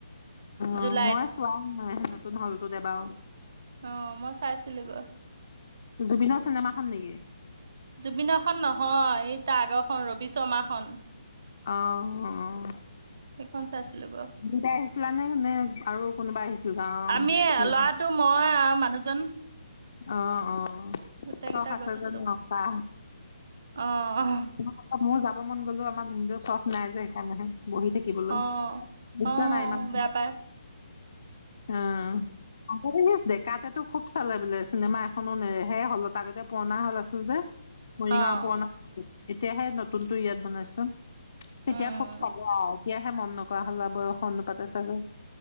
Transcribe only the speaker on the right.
জুলাইত
অ মই চাইছিলোগৈ
জুবিনৰ খন নহয় ই তাৰ আগৰখন ৰবি শৰ্মাখন।
সেইখন চাইছিলোগৈ
আমি ল'ৰাটো মই আৰু মানুহজন
গোটেই
কেইটা
গৈছিলো
অ
অ',
অ',
বেয়া পায়
অ',
উম,